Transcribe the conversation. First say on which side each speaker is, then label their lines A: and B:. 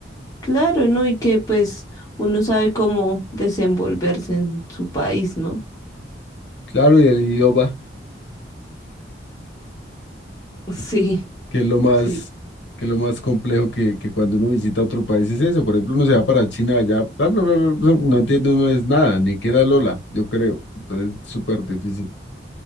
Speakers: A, on the left (about 20°); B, on the left (about 75°).
A: Claro, ¿no? Y que pues uno sabe cómo desenvolverse en su país, ¿no?
B: Claro, y el idioma.
A: <laughs> Sí,
B: que es lo más,
A: sí.
B: que es lo más complejo que, que cuando uno visita otro país es eso. Por ejemplo, uno se va para China allá, bla, bla, bla, bla, bla, no entiende uno es nada, ni que era Lola, yo creo. Entonces, súper difícil.